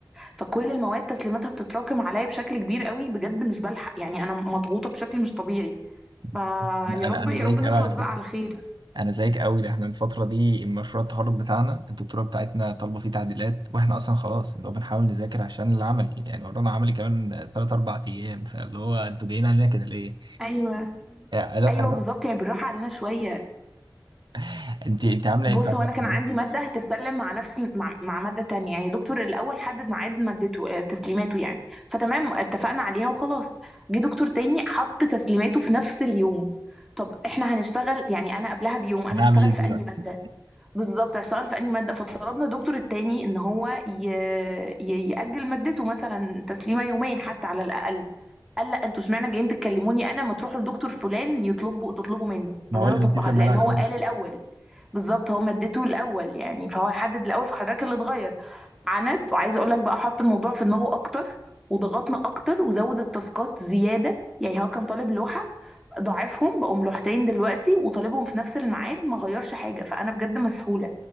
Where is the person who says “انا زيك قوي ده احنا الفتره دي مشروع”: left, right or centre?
Right